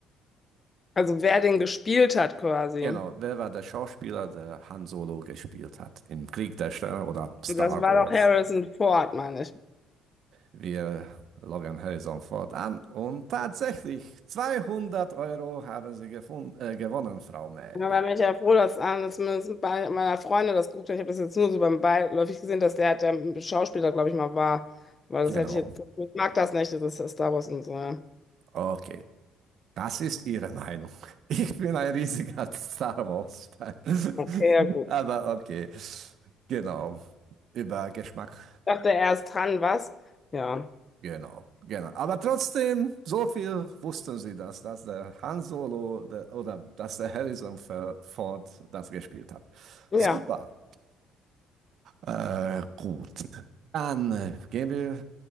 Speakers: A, on the left; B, on the right.
A: Also wer den gespielt hat quasi.
B: Genau, wer war der Schauspieler, der Han Solo gespielt hat im Krieg der Sterne oder Star
A: Und das war
B: Wars?
A: doch Harrison Ford, meine ich.
B: Wir loggen Horizon Ford an und tatsächlich 200 Euro haben Sie gefun- äh, gewonnen, Frau May.
A: Da war ich ja froh, dass einer zumindest bei meiner Freunde das geguckt hat. Ich habe das jetzt nur so beim Beiläufig gesehen, dass der, der Schauspieler, glaube ich, mal war. Weil
B: Genau.
A: das hätte ich jetzt. Ich mag das nicht, das ist Star Wars und so. Ja.
B: Okay. Das ist Ihre Meinung. <laughs> Ich bin ein riesiger Star Wars-Fan.
A: Okay,
B: <laughs>
A: ja, gut.
B: Aber okay. Genau. Über Geschmack.
A: Dachte er ist dran, was? Ja.
B: Genau. Genau. Aber trotzdem, so viel wussten Sie das, dass der Han Solo der, oder dass der Harrison Ford das gespielt hat.
A: Ja.
B: Super. Äh, gut. Dann äh, gehen wir